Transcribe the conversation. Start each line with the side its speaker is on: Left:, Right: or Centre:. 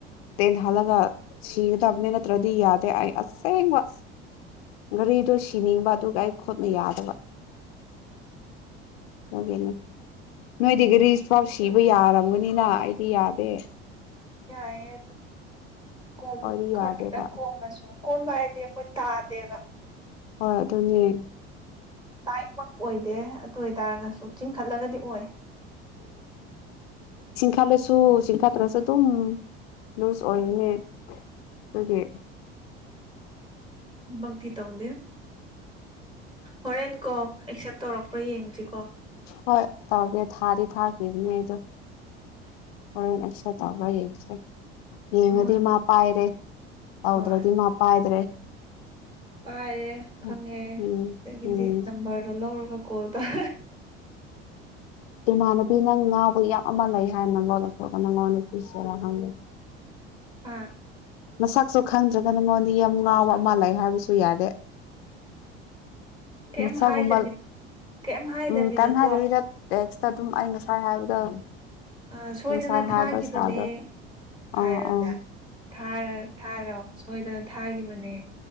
Left: ꯇꯅ ꯍꯂꯒ ꯁꯤꯗꯕꯅꯤꯅꯠꯇ꯭ꯔꯗꯤ ꯌꯥꯗ ꯑꯩ ꯑꯁꯦꯡꯕ ꯘꯔꯤꯗꯨꯣ ꯁꯤꯅꯤꯡꯕ ꯑꯗꯨꯒ ꯑꯩ ꯈꯨꯣꯠꯅ ꯌꯥꯗꯕ
Right: ꯑ
Left: ꯍꯒꯦꯅꯦ ꯅꯣꯏꯗꯤꯒ ꯔꯤꯁ ꯄꯥꯎ ꯁꯤꯕ ꯌꯥꯔꯝꯒꯅꯤꯅ ꯑꯩꯗꯤ ꯌꯥꯗꯦ
Right: ꯌꯥꯏꯌꯦ ꯑꯗꯨꯗꯤ ꯀꯣꯝꯃꯨ
Left: ꯍꯣꯏꯗꯤ
Right: ꯈꯔ
Left: ꯌꯥꯗꯦꯕ
Right: ꯈꯤꯇꯪ ꯀꯣꯝꯃꯁꯨ ꯀꯣꯝꯝꯕ ꯍꯥꯏꯗꯤ ꯑꯩꯈꯣꯏ ꯇꯥꯗꯦꯕ
Left: ꯍꯣꯏ ꯑꯗꯨꯅꯦ
Right: ꯇꯥꯏꯠꯃꯛ ꯑꯣꯏꯗꯦ ꯑꯗꯨ ꯍꯥꯏꯇꯥꯥꯔꯒꯁꯨ ꯆꯤꯡꯈꯠꯂꯒꯗꯤ ꯑꯣꯏ
Left: ꯁꯥꯠꯂꯁꯨ ꯆꯤꯡꯊꯥꯗ꯭ꯔꯁꯨ ꯑꯗꯨꯝ ꯂꯨꯖ ꯑꯣꯟꯅꯤ ꯑꯗꯨꯗꯤ
Right: ꯃꯪꯀꯤ ꯇꯣꯡꯒꯦ ꯍꯣꯔꯦꯟ ꯀꯣ ꯑꯦꯛꯁꯦꯞ ꯇꯧꯔꯛꯄ ꯌꯦꯡꯗ꯭ꯔꯤꯀꯣ
Left: ꯍꯣꯏ ꯇꯒ ꯊꯥꯔꯤ ꯊꯥ ꯀ ꯅꯗ ꯍꯣꯔꯦꯟ ꯑꯩꯁ ꯇꯧꯧꯕ꯭ꯔꯥ ꯌꯦꯡꯁꯦ ꯌꯦꯡꯉꯗꯤ
Right: ꯍꯣꯏ
Left: ꯃꯥ ꯄꯥꯏꯔꯦ ꯍꯥꯎꯗ꯭ꯔꯣ
Right: ꯍꯣꯏ
Left: ꯅꯤꯡꯃ ꯑꯄ ꯍꯥꯏꯗ꯭ꯔꯦ
Right: ꯄꯥꯏꯔꯦ ꯈꯪꯉꯦ
Left: ꯎꯝ
Right: ꯑꯗꯒꯤꯗꯤ
Left: ꯎꯝ
Right: ꯅꯝꯕꯔꯗꯣ ꯂꯧꯔꯒ ꯀꯣꯜ ꯇꯧ
Left: ꯏꯃꯅꯕꯤꯅ ꯉ ꯕꯨ ꯌꯥꯝ ꯑꯃ ꯂꯩ ꯍꯥꯏꯅ ꯂꯣꯟꯗꯊꯑꯒ ꯅꯉꯣꯟꯗꯄꯤꯁꯤꯔꯥ ꯍꯪꯒꯦ
Right: ꯍꯥ
Left: ꯃꯁꯛꯁꯨ ꯈꯪꯗ꯭ꯔꯒ ꯅꯉꯣꯟꯗ ꯌꯥꯝ ꯉꯥꯎꯕ ꯑꯃ ꯂꯩ ꯍꯥꯏꯕꯁꯨ ꯌꯥꯔꯦ
Right: ꯀꯩꯝ
Left: ꯃꯁꯒꯨꯝꯕꯜ
Right: ꯍꯥꯏꯗꯕꯤꯗ ꯀꯩꯝ ꯍꯥꯏꯗꯕꯤꯗꯀꯣ
Left: ꯎꯝ ꯀꯥꯟ ꯍꯥꯏꯔꯤꯕꯕꯤꯗ ꯇꯦꯛꯁꯇ ꯑꯗꯨꯝ ꯑꯩ ꯉꯁꯥꯏ ꯍꯥꯏꯕꯗꯣ
Right: ꯑ ꯁꯣꯏꯗꯅ
Left: ꯉꯁꯥꯏ
Right: ꯊꯥꯈꯤꯕꯅꯦ
Left: ꯍꯥꯏꯕ ꯏꯁꯇꯥꯏꯜꯗꯣ
Right: ꯍꯥꯏꯔ
Left: ꯑꯥ ꯑꯥ
Right: ꯊꯥꯔ ꯊꯥꯔꯣ ꯁꯣꯏꯗꯅ ꯊꯥꯈꯤꯕꯅꯦ